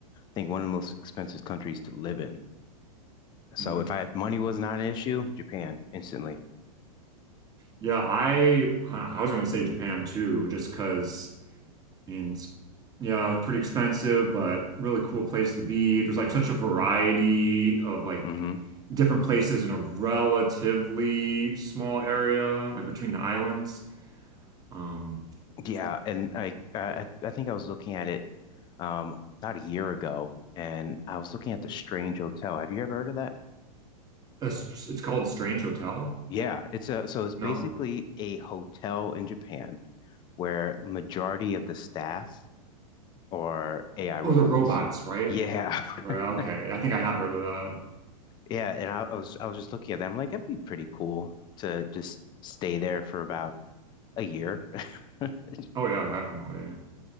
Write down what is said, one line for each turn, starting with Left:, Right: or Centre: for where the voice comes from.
Left: think one of the most expensive countries to live in. So
Right: hmm
Left: if I had money was not an issue, Japan instantly.
Right: Yeah, I I was gonna say Japan too, just because I mean, it's, yeah, it's pretty expensive, but really cool place to be. There's like such a variety of like
Left: Mhm.
Right: different places in a relatively small area, like between the islands. Um,
Left: Yeah, and I, I I think I was looking at it um about a year ago, and I was looking at the Strange Hotel. Have you ever heard of that?
Right: A s- it's called Strange Hotel?
Left: Yeah, it's a so it's basically
Right: No.
Left: a hotel in Japan where majority of the staff are AI robots.
Right: Oh, the robots, right?
Left: Yeah,
Right: Right, okay.
Left: <laughs>
Right: I think I have heard of that.
Left: yeah, and I, I was I was just looking at that. I'm like, that'd be pretty cool to just stay there for about a year. <laughs>
Right: Oh yeah, definitely.